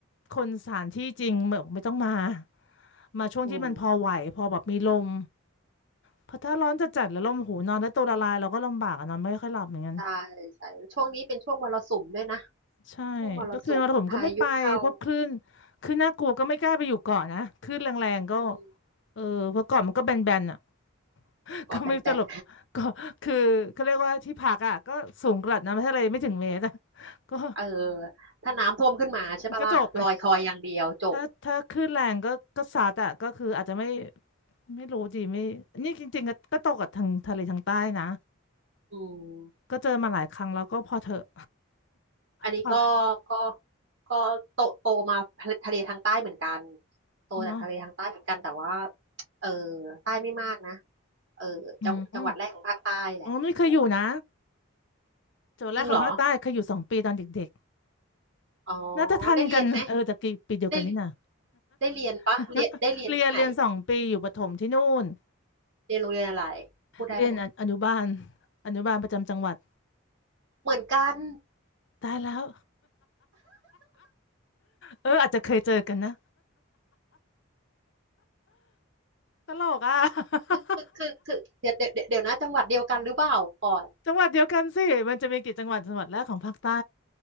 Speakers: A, on the left; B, on the right.
A: คนสถานที่จริงแบบไม่ต้องมามาช่วงที่มันพอไหวพอแบบมีลม
B: อืม
A: เพราะถ้าร้อนจัดๆแล้วลมหูนอนแล้วตัวละลายเราก็ลำบากอะนอนไม่ค่อยหลับเหมือนกัน
B: ใช่ใช่ช่วงนี้เป็นช่วงมรสุมด้วยนะ
A: ใช่
B: ช่วงมรสุมพายุเข้า
A: ก็คือมรผมก็ไม่ไปเพราะคลื่นคลื่นน่ากลัวก็ไม่กล้าไปอยู่เกาะนะคลื่นแรงๆก็
B: อืม
A: เออเพราะเกาะมันก็แบนๆอ่ะ <laughs>
B: เกาะแบน
A: ก็ไม่รู้จะหลบก็คือเขาเรียกว่าที่พักอ่ะก็สูงกระดับน้ำทะเลไม่ถึงเมตรอะ <laughs> ก็
B: เออถ้าน้ำท่วมขึ้นมาใช่ปะล่ะลอยคอยอย่างเดียวจบ
A: ก็จบเลยถ้าถ้าคลื่นแรงก็ก็ซัดอ่ะก็คืออาจจะไม่ไม่รู้ดีไม่นี่จริงๆก็ก็ตกกับทางทะเลทางใต้นะ
B: อืม
A: ก็เจอมาหลายครั้งแล้วก็พอเถอะ
B: อันนี้ก็
A: พอละ
B: ก็ก็โตโตมาทะเลทางใต้เหมือนกันโตจากทะเลทางใต้เหมือนกันแต่ว่า
A: เนาะ
B: เออใต้ไม่มากนะเออจังจังหวัดแรกของภาคใต้แหละอะไร
A: อืมอืมอ๋อไม่เคยอยู่นะเจอแรกของภาคใต้เคยอยู่สองปีตอนเด็ก
B: จริงเหรออ๋อ
A: น่าจะทันกันเออแต่กี่ปีเดียวกันนี่นะ
B: ได้เรียนไหมได้ได้เรียนปะเรียนได้เรียนที่ไหน
A: <laughs> เรียนเรียนสองปีอยู่ประถมที่นู่น
B: เรียนโรงเรียนอะไรพูดได้ปะเนี่ย
A: เรียนออนุบาลอนุบาลประจำจังหวัด
B: เหมือนกัน
A: ตายแล้วเอออาจจะเคยเจอกันนะตลกอ่ะ <laughs>
B: คือคือคือเดี๋ยวเดี๋ยวเดี๋ยวนะจังหวัดเดียวกันหรือเปล่าก่อน
A: จังหวัดเดียวกันสิมันจะมีกี่จังหวัดจังหวัดแรกของภาคใต้